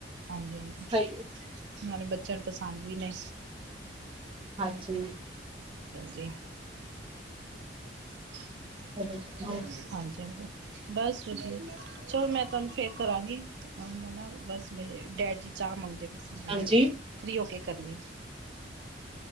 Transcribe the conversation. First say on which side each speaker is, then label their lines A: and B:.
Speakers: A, on the right; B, on the right.
A: ਹਾਂਜੀ, ਹਾਂਜੀ
B: ਸਹੀ ਹੈ
A: ਨਾਲੇ ਬੱਚੇ। ਬੱਚ ਪਸੰਦ ਵੀ ਨੇ।
B: ਹਾਂਜੀ।
A: ਜੀ। ਚਚਅ।
B: ਜੀ ਹੋਰ
A: ਹਾਂਜੀ ਹਾਂਜੀ ਬਸ ਵਧੀਆ ਚਲੋ ਮੈਂ ਤੁਹਾਨੂੰ ਫੇਰ ਕਰਾਂਗੀ। ਮੈਂ ਨਾ ਬਸ ਮੇਰੇ ਡੈਡ ਜੀ। ਚਾਹ ਮੰਗਦੇ ਪਏ ਸੀ ਮੈਂ
B: ਹਾਂਜੀ
A: ਫਰੀ ਹੋ ਕੇ ਕਰਨੀ।